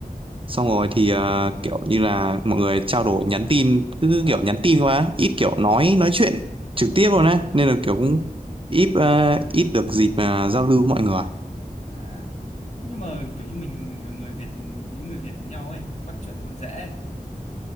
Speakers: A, on the right; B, on the left.
A: xong rồi thì ờ, kiểu như là mọi người trao đổi nhắn tin cứ
B: à,
A: kiểu nhắn tin quá ít kiểu nói nói chuyện trực
B: thôi.
A: tiếp luôn á nên là kiểu cũng ít ờ, ít được dịp mà giao lưu với mọi người
B: à. Thế nhưng mà kiểu như mình là người Việt những người Việt với nhau ấy bắt chuyện còn dễ ấy,